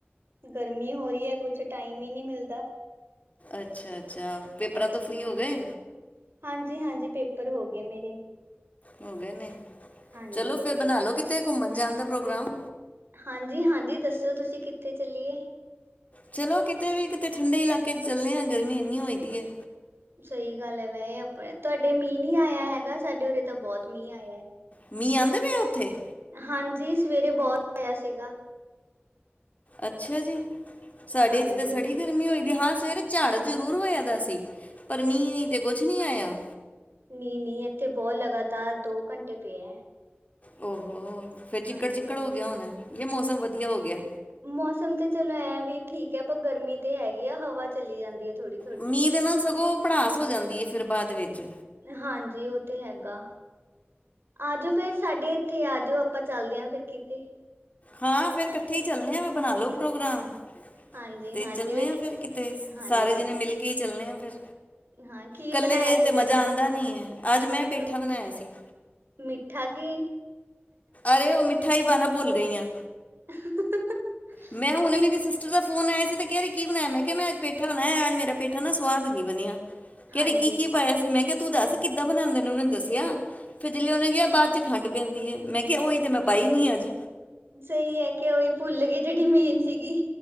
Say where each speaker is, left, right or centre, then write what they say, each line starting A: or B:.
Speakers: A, on the right (about 65°); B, on the left (about 35°).
A: ਗਰਮੀ ਹੋ ਰੀ ਐ, ਕੁਛ ਟਾਈਮ ਈ ਨੀ ਮਿਲਦਾ।
B: ਅੱਛਾ-ਅੱਛਾ। ਪੇਪਰਾਂ
A: ਹਾਂਜੀ-ਹਾਂਜੀ,
B: ਤੋਂ ਫ੍ਰੀ ਹੋ ਗਏ?
A: ਹਾਂਜੀ-ਹਾਂਜੀ, ਪੇਪਰ ਹੋ ਗੇ ਮੇਰੇ।
B: ਹੋ ਗੇ ਨੇ।
A: ਹਾਂਜੀ,
B: ਚਲੋ ਫੇਰ ਬਨਾ ਲੋ ਕਿਤੇ ਘੁੰਮਨ ਜਾਨ ਦਾ ਪ੍ਰੋਗਰਾਮ।
A: ਹਾਂਜੀ-ਹਾਂਜੀ ਦੱਸੋ ਤੁਸੀ ਕਿੱਥੇ ਚੱਲੀਏ?
B: ਚਲੋ ਕਿਤੇ ਵੀ। ਕਿਤੇ ਠੰਡੇ ਇਲਾਕੇ 'ਚ ਚਲਨੇ ਆਂ, ਗਰਮੀ ਇੰਨੀ ਹੋਈ ਦੀ ਏ।
A: ਸਈ ਗੱਲ ਐ ਵੈ ਐ ਆਪਨੇ ਤੁਆਡੇ ਮੀਂਅ ਨੀ ਆਇਆ ਹੈਗਾ। ਸਾਡੇ ਉਰੇ ਤਾਂ ਬੋਤ ਮੀਂਅ ਆਇਐ।
B: ਮੀਂਅ ਆਂਦੇ ਪਿਐ ਓਥੇ?
A: ਹਾਂਜੀ ਸਵੇਰੇ ਬੋਤ ਆਇਆ ਸੀਗਾ।
B: ਅੱਛਾ ਜੀ! ਸਾਡੇ
A: ਹਾਂਜੀ
B: ਏੱਥੇ ਤਾਂ ਸੜੀ ਗਰ ਮੀ ਹੋਈ ਦੀ ਏ। ਹਾਂ ਸਵੇਰੇ ਝਾੜ ਜਰੂਰ ਹੋਇਆ ਦਾ ਸੀ। ਪਰ ਮੀਂਅ ਤੇ ਕੋਛ ਨੀ ਆਇਆ।
A: ਨੀ-ਨੀ ਏੱਥੇ ਬੋ ਲਗਾਤਾਰ ਦੋ ਘੰਟੇ ਪਿਐ।
B: ਓ ਹੋ ਫੇਰ ਚਿੱਕੜ-ਚਿੱਕੜ
A: ਹਾਂਜੀ।
B: ਹੋ ਗਿਆ ਹੋਨੈ ਕੇ ਮੌਸਮ ਵਧੀਆ ਹੋ ਗਿਐ?
A: ਮੌਸਮ ਤੇ ਚਲੋ ਐਂ ਵੀ ਠੀਕ ਐ ਪਰ ਗਰਮੀ ਤੇ ਹੈ ਈ ਏ। ਹਵਾ ਚਲੀ ਜਾਂਦੀ ਏ ਥੋੜੀ
B: ਮੀਂਅ ਦੇ ਨਾਲ ਸਗੋਂ ਭੜਾਸ ਹੋ ਜਾਂਦੀ ਏ ਫੇਰ, ਬਾਦ ਵਿੱਚ।
A: ਹਾਂਜੀ ਓ ਤੇ ਹੈਗਾ। ਆ ਜੋ ਫੇਰ ਸਾਡੇ ਏੱਥੇ ਆ ਜੋ। ਆਪਾਂ ਚੱਲਦੇ ਆਂ ਫੇਰ ਕਿਤੇ।
B: ਹਾਂ, ਫੇਰ ਕੱਠੇ ਈ ਚਲਨੇ ਆਂ, ਬਨਾ ਲੋ ਪ੍ਰੋਗਰਾਮ,
A: ਹਾਂਜੀ
B: ਤੇ
A: ਹਾਂਜੀ
B: ਚੱਲਨੇ
A: ਵੇ
B: ਆਂ ਫੇਰ ਕਿਤੇ।
A: ਹਾਂਜੀ
B: ਸਾਰੇ ਜਨੇ ਮਿਲ ਕੇ ਈ ਚੱਲਨੇ ਆਂ ਫਿਰ।
A: ਹਾਂ ਕੀ
B: ਕੱਲੇ
A: ਬਣਾਇਆ ਸੀਗਾ
B: ਤੇ ਮਜਾ
A: ਤੁਸੀਂ?
B: ਆਂਦਾ ਨੀਂ ਐ। ਅੱਜ ਮੈਂ ਪੇਠਾ
A: ਕ-
B: ਬਨਾਏਆ ਸੀ।
A: ਮਿੱਠਾ ਕਿ
B: ਅਰੇ, ਓ ਮਿੱਠਾ ਈ ਪਾਨਾ ਭੁੱਲ ਗਈ ਆਂ।
A: ਬਣਾਇਆ?
B: ਮੈਂ ਹੁਨੇ
A: ਵੀ
B: ਮੇਰੀ ਸਿਸਟਰ ਦਾ ਫੋਨ ਆਏਆ ਸੀ, ਤੇ ਕੇਹ ਰਈ ਕੀ ਬਨਾਏਆ, ਮੈਂ ਕੇਆ ਮੈਂ ਅੱਜ ਪੇਠਾ ਬਨਾਏਆ, ਅੱਜ ਮੇਰਾ ਪੇ ਠਾ, ਨਾ ਸਵਾਦ ਨੀ ਬਨੇਆ, ਕੇਹ
A: ਹਾਂਜੀ
B: ਰਈ ਕੀ-ਕੀ ਪਾਏਆ ਸੀ? ਮੈਂ ਕੇਆ ਤੂੰ ਦੱਸ ਕਿੱਦਾਂ ਬਨਾਂਦੇ ਨੇ, ਓਨੇ ਮੈਨੂੰ ਦੱਸੇਆ ਫੇਰ ਜੇਲੇ, ਓਨੇ ਕੇਆ ਬਾਦ 'ਚ ਖੰਡ ਪੈਂਦੀ ਐ। ਮੈਂ ਕੇਆ ਓਈ ਤੇ ਮੈਂ ਪਾਈ ਨੀਂ ਐ ਅੱਜ।
A: ਸਈ ਐ ਕਿ ਓਈ ਭੁੱਲ ਗਏ ਜੇਹੜੀ ਮੇਨ ਸੀਗੀ।